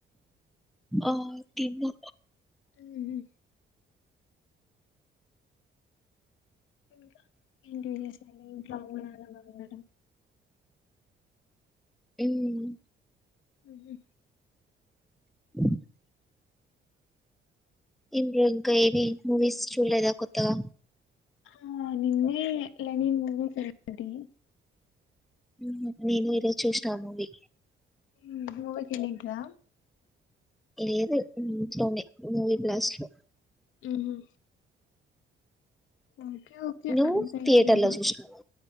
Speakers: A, in the centre; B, on the left.
A: ఆ తిన్న
B: మ్ హు ఇంకా ఎంటి విశేషాలు ఇంట్లో అమ్మ నాన్న బాగున్నారా
A: మ్
B: మ్ హు
A: అ ఇంద్ ఇంకా ఏది మూవీస్ చూడలేదా కొత్తగా
B: ఆ నిన్నే లెనిన్ మూవీకేళ్ టి
A: మ్ హు నేనుఈ రోజు చూసినా ఆ మూవీ
B: మ్ మూవీకేళ్లింట్ర
A: లేదు ఇంట్లోనే మూవీ బ్లాస్ట్ లో
B: మ్ హు ఓకే ఓకే
A: నువ్వు
B: అంతైం
A: థియేటర్
B: లేదు
A: లో చూసినావా